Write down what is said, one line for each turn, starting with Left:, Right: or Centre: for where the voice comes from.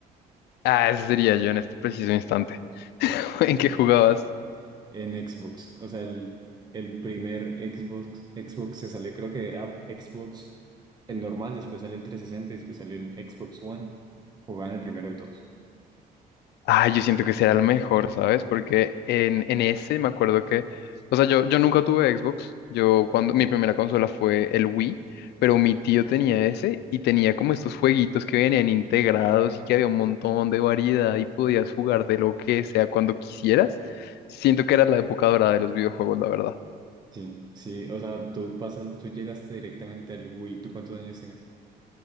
Left: Ah, ese sería yo en este preciso instante. <laughs> ¿En
Right: <laughs> ¿Qué?
Left: qué jugabas?
Right: en Xbox. O sea, el, el primer Xbox, Xbox se salió, creo que era Xbox el normal, después salió el 360 y después salió el Xbox One. Jugaban el primero de todos.
Left: Ah, yo siento que será el mejor, ¿sabes? Porque en, en ese me acuerdo que, o sea, yo, yo nunca tuve Xbox, yo cuando mi primera consola fue el Wii, pero mi tío tenía ese y tenía como estos jueguitos que venían integrados y que había un montón de variedad y podías jugar de lo que sea cuando quisieras. Siento que era la época dorada de los videojuegos, la verdad.
Right: Sí, sí, o sea, tú pasas, tú llegaste directamente al Wii. ¿Tú cuántos años tienes?